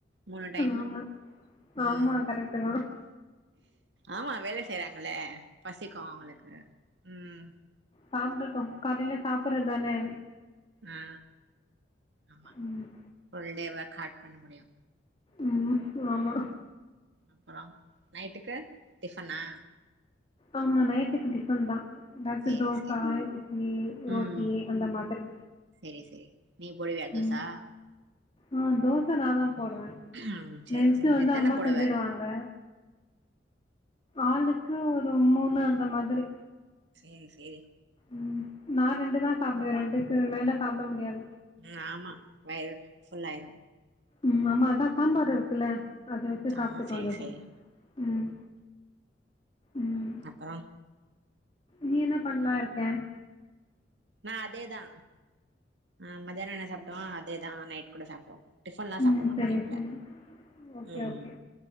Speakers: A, on the right; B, on the left.
A: மூணு டைமு
B: ஆமா
A: ம்
B: ஆமா கரெக்டு தா
A: ஆமா வேல செய்றாங்கல பசிக்கு அவுங்களுக்கு ம்
B: சாப்டட்டு காலைல சாப்படறதானே
A: ஆ ஆமா
B: ம்
A: ஃபுல் டே ஒர்க் ஹார்ட் பண்ண முடியு
B: ம் ஆமா
A: அப்பற நைட்டுக்கு டிஃபனா
B: ஆமா நைட்டுக்கு டிஃபன் தா எதாச்சு
A: சேரி
B: தோசா
A: சேரி
B: இட்லி
A: ம்
B: ரோட்டி அந்த மாதிரி
A: சேரி சேரி நீ போடுவியா தோசா
B: ம் ஆ தோசை நாந்தா போடுவே
A: ம் சேரி
B: நென்ச்சு
A: சேரி
B: வந்து
A: எத்தன
B: அம்மா
A: போடுவ
B: செஞ்சுடு வாங்க ஆளுக்கு ஒரு மூணு அந்த மாதிரி
A: செரி செரி
B: ம் நா ரெண்டு தா சாப்டுவே ரெண்டுக்கு மேல சாப்ட முடியாது
A: ம் ஆமா வயிறு ஃபுல்லாயிரு
B: ம் அம்மா அதா சாம்பார்
A: ம்
B: இருக்குல அத வச்சு
A: ஆ
B: சாப்ட்டுக்குவாங்
A: செரி
B: இப்போ
A: செரி
B: ம் ம்
A: அப்பற
B: நீ என்ன பண்லா இருக்கே
A: நா அதேதா ஆ மத்யான என்ன சாப்ட்டோ அதேதா நைட் கூட சாப்ட்டோ டிஃபன்லா
B: ம்
A: சாப்ட மாட்டோ
B: சரி
A: நைட்ல
B: சரி ஓகே
A: ம்
B: ஓகே